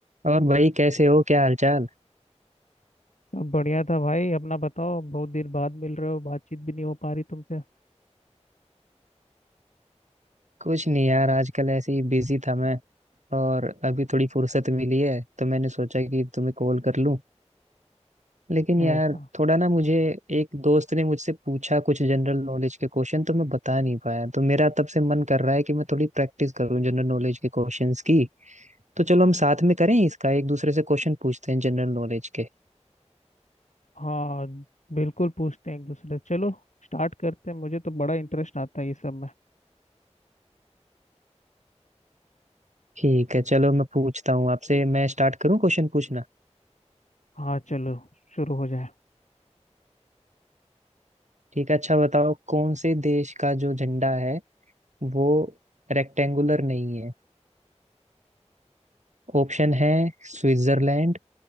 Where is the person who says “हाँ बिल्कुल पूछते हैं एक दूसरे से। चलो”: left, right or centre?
Left